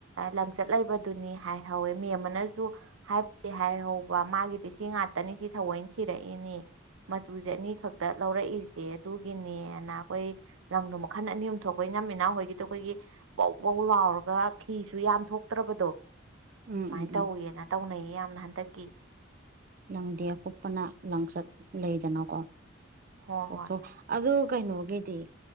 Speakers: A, on the right; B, on the right.
A: ꯂꯪꯆꯠ ꯂꯩꯕꯗꯨꯅꯤ ꯍꯥꯏꯍꯧꯋꯦ ꯃꯦꯝ ꯃꯅꯁꯨ ꯍꯥꯏꯕꯨꯗꯤ ꯍꯥꯏꯍꯧꯕ ꯃꯥꯒꯤꯗꯤ ꯁꯤ ꯉꯥꯛꯇꯅꯤ ꯁꯤ ꯊꯑꯣꯏꯅ ꯊꯤꯔꯛꯏꯅꯤ ꯃꯆꯨꯁꯦ ꯑꯅꯤꯈꯛꯇ ꯂꯧꯔꯛꯏꯁꯦ ꯑꯗꯨꯒꯤꯅꯦꯅ ꯑꯩꯈꯣꯏ ꯂꯪꯗꯣ ꯃꯈꯜ ꯑꯅꯤ ꯑꯍꯨꯝ ꯊꯣꯛꯄꯅꯤꯅ ꯃꯤꯅꯥ ꯍꯣꯏꯒꯤꯗꯣ ꯑꯩꯈꯣꯏꯒꯤ ꯕꯧ ꯕꯧ ꯂꯥꯎꯔꯒ ꯐꯤꯁꯨ ꯌꯥꯝ ꯊꯣꯛꯇ꯭ꯔꯕꯗꯣ
B: ꯎꯝ
A: ꯁꯨꯃꯥꯏꯅ
B: ꯎꯝ
A: ꯇꯧꯋꯦꯅ
B: ꯎꯝ
A: ꯇꯧꯅꯩꯌꯦ ꯌꯥꯝꯅ ꯍꯟꯗꯛꯀꯤ
B: ꯂꯪꯗꯦ ꯑꯀꯨꯞꯄꯅ ꯂꯪꯆꯠ ꯂꯩꯗꯅꯀꯣ
A: ꯍꯣꯏ
B: ꯀꯣꯛꯊꯣꯛ
A: ꯍꯣꯏ
B: ꯑꯗꯨ ꯀꯩꯅꯣ ꯒꯤꯗꯤ